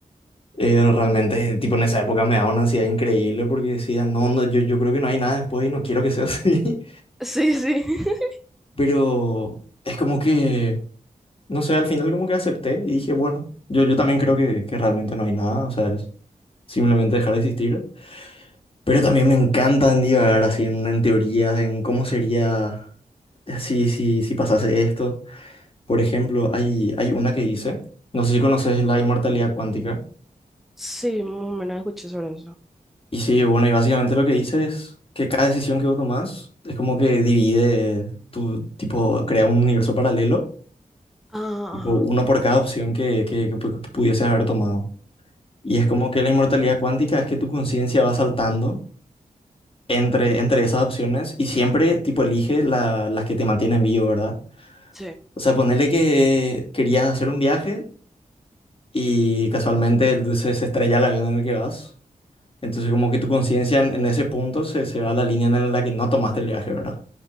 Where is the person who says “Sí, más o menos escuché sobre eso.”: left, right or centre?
Centre